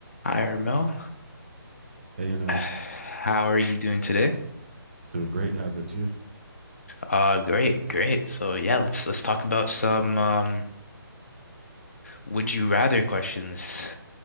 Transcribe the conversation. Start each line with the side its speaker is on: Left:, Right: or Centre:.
Left: Hi, Ermel.
Right: Hey, Inosh,
Left: How are you doing today?
Right: doing great. How about you?
Left: Uh, great, great. So yeah, let's let's talk about some um would you rather questions.